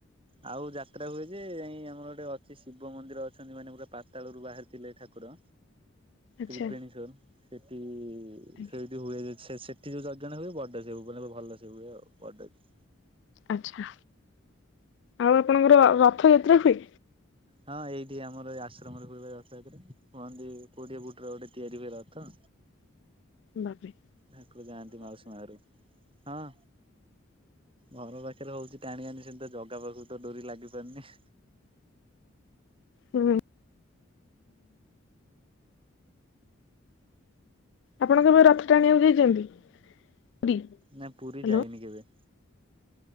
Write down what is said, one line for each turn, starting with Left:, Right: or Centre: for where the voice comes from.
Right: ଆଉ ଯାତ୍ରା ହୁଏ ଯେ ଯାଇ ଆମର ଗୋଟେ ଅଛି ଶିବ ମନ୍ଦିର ଅଛନ୍ତି ମାନେ ପୁରା ପା ତାଳରୁ ବାହାରିଥିଲେ ଠାକୁର।
Left: ଆଚ୍ଛା
Right: ତ୍ରିବେଣୀେଶ୍ଵର ସେଠି
Left: ଆଜ୍ଞା।
Right: ସେଇଠି ହୁଏ ଯେ ସେ ସେଠି ଯୋଉ ଯଜ୍ଞଟା ହୁଏ ବଡ଼ସେ ହୁଏ ଭୁବନରେ ଭଲସେ ହୁଏ ଆଉ ବଡ଼କି।
Left: ଆଚ୍ଛା ଆଉ ଆପଣଙ୍କର ରଥଯାତ୍ରା ହୁଏ?
Right: ହଁ ଏଇଠି ଆମର ଏଇ ଆଶ୍ରମରେ ହୁଏପା ରଥଯାତ୍ରା କୁହନ୍ତି କୋଉଠିଏ ଫୁଟର ଗୋଟେ ତିଆରି ହୁଏ ରଥ।
Left: ବାପ୍ରେ
Right: ଠାକୁର ଯାଆନ୍ତି ମାଉସୀ ମାଘରକୁ ହଁ। ଘର ପାଖରେ ହଉଚି ଟାଣି ଆଣି ସେମିତି ଜାଗା ପାଖକୁତ ଡୋରି ଲାଗିପାରୁନି।
Left: ହୁଁ ହୁଁ।
Right: ହୁଁ
Left: ଆପଣ କେବେ ରଥ ଟାଣିବାକୁ ଯାଇଚନ୍ତି ପୁରୀ?
Right: ନା ପୁରୀ
Left: ହ୍ୟାଲୋ
Right: ଯାଇନି କେବେ।